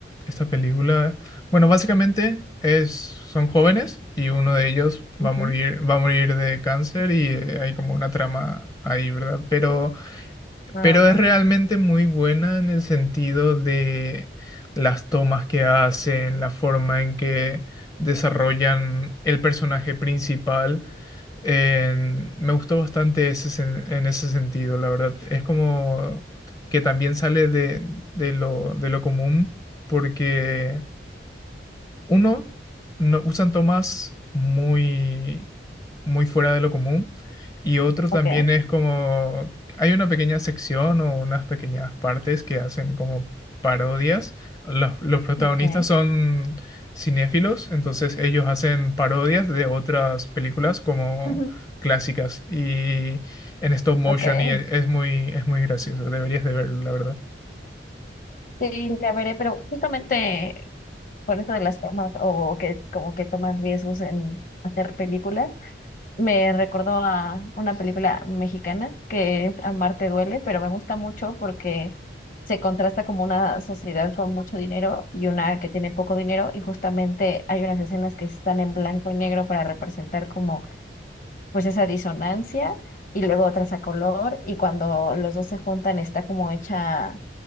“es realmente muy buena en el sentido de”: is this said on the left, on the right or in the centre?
Left